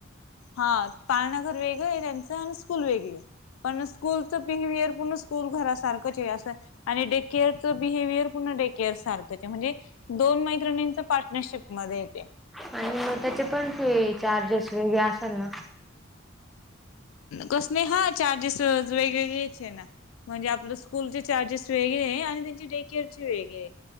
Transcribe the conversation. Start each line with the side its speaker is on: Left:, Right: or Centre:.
Left: हा पाळनाघर वेगळ आहे त्यांचं आणि स्कूल वेगळ आहे पण स्कूलचं बिहेवियर पूर्ण स्कूल घरा सारखंच हे अस आणि डे केअर च बिहेवियर पुर्ण डे केअर सारखंच आहे म्हणजे दोन मैत्रिणींचं पार्टनरशिप मध्ये आहेते.
Centre: आणि म त्याचे पण ते चार्जेस वेगळे असल ना.
Left: कस ने हा चार्जेस वेगळेच आहे ना म्हणजे आपलं स्कूलचे चार्जेस वेगळे आहे आणि त्यांची डे केअरचे वेगळे.